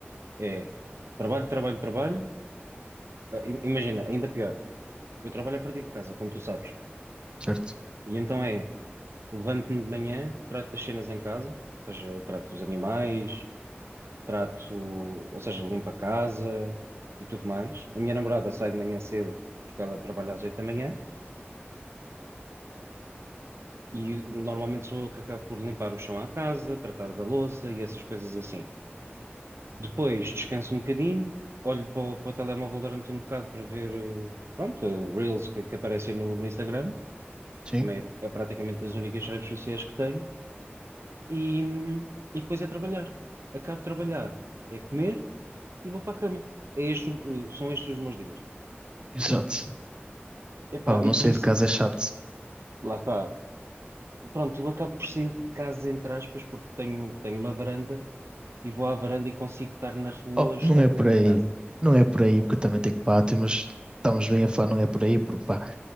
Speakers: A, on the right; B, on the right.
A: É trabalho, trabalho, trabalho. Ah, im- Imagina, ainda pior. Eu trabalho a partir de casa, como tu sabes.
B: Certo?
A: E então é, levanto-me de manhã, trato das cenas em casa, ou seja, trato dos animais, trato, ou seja, limpo a casa e tudo mais. A minha namorada sai de manhã cedo, porque ela trabalha às oito da manhã. E normalmente sou eu que acabo por limpar o chão à casa, tratar da louça e essas coisas assim. Depois descanso um bocadinho, olho para o, para o telemóvel durante um bocado para ver, eh, pronto, Reels que, que aparecem no, no Instagram,
B: Sim.
A: também é, é praticamente das únicas redes sociais que tenho, e, hum, e depois é trabalhar. Acabo de trabalhar, é comer e vou para a cama. É este, o- eh, são estes os meus dias.
B: Exato.
A: Epá,
B: Pá, eu
A: e
B: não
A: por
B: sair
A: isso,
B: de casa é chato.
A: lá está. Pronto, eu acabo por sair de casa, entre aspas, porque tenho, tenho uma varanda e vou à varanda e consigo estar na rua
B: Oh,
A: estando
B: não é por
A: dentro
B: aí,
A: de casa.
B: não é por aí, porque eu também tenho pátio, mas estamos bem a falar, não é por aí, porque pá,